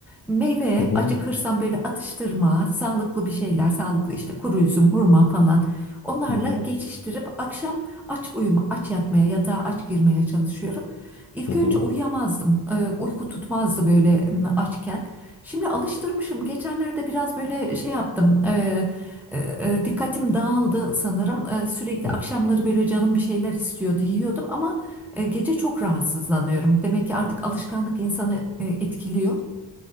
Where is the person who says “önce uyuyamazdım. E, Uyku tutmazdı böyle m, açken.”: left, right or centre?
Centre